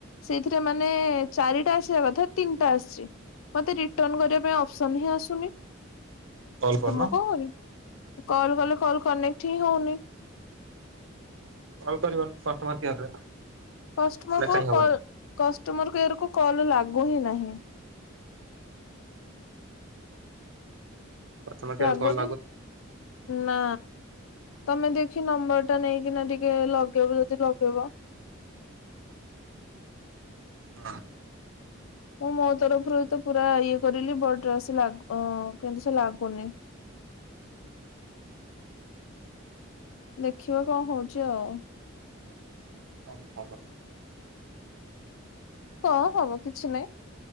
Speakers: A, on the left; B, on the right.
A: ସେଇଥିରେ ମାନେ ଚାରିଟା ଆସିବା କଥା ତିନିଟା ଆସିଚି। ମୋତେ ରିଟର୍ନ କରିଆ ପାଇଁ ଅପସନ୍ ହିଁ ଆସୁନି,
B: କଲ୍ କରୁନ
A: ତ ମୁଁ କଁ କରିବି। କଲ୍ କଲେ କଲ୍ କନେକ୍ଟ ହିଁ ହଉନି।
B: କଲ କରିବ କଷ୍ଟମର କେୟାରରେ।
A: କଷ୍ଟମରକୁ
B: ଲେଖାହିଁ ହବନି
A: କଲ୍ କଷ୍ଟମର କେୟାରକୁ କଲ୍ ଲାଗୁ ହିଁ ନାହିଁ।
B: କଷ୍ଟମର କେୟାରକୁ
A: ଲାଗୁନି
B: କଲ୍
A: ନା ତମେ ଦେଖି ନମ୍ବରଟା ନେଇ ଏଇନା ଟିକେ ଲଗେଇବ ଯଦି ଲଗେଇବ।
B: ନା।
A: ମୁଁ ମୋ ତରଫରୁ ତ ପୁରା ଇଏ କରିଲି ବଟ ସେ ଲାଗୁ କିନ୍ତୁ ସେ ଲାଗୁନି। ଦେଖିବା କଁ ହଉଚି ଆଉ।
B: କଁ ହବ?
A: କଁ ହବ କିଛି ନାହିଁ।